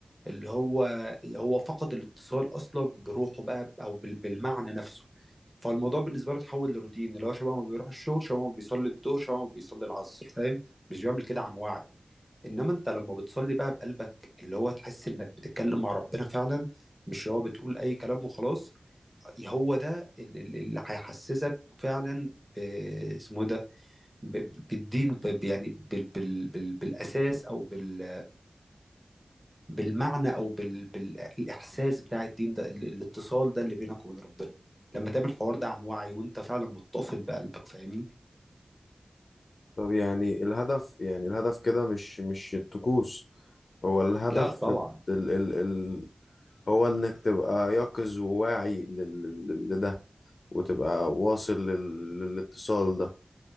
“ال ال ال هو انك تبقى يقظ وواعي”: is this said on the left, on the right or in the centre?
Left